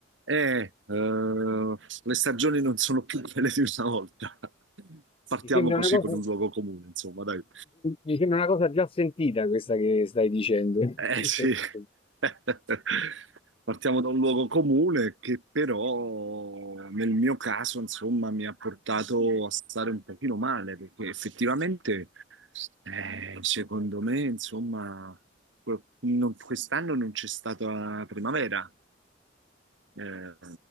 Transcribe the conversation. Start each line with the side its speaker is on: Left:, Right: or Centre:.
Right: Eh, eh, le stagioni non sono più quelle di una volta. Partiamo
Left: Mi sembra
Right: così
Left: una cosa,
Right: con un luogo comune, insomma, dai.
Left: mi sembra una cosa già sentita questa che stai dicendo. <laughs>
Right: Eh sì, <laughs> partiamo da un luogo comune che però nel mio caso, insomma, mi ha portato a stare un pochino male, perché effettivamente, eh, secondo me, insomma, que- non- quest'anno non c'è stata primavera. Eh,